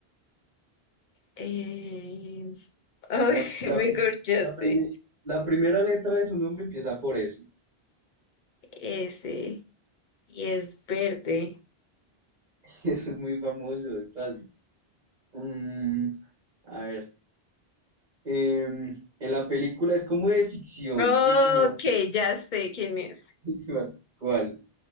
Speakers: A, on the left (about 55°); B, on the right (about 45°).
A: em, <laughs> ay,
B: la, la,
A: me
B: pri-
A: corchaste.
B: la, prime- la primera letra de su nombre empieza por S.
A: Ese. Y es verde.
B: <laughs> Eso es muy famoso, es fácil. Mm, a ver. em, en la película es como de ficción,
A: Ok,
B: ¿sí? Como.
A: ya sé quién es.
B: <laughs> ¿Cuál?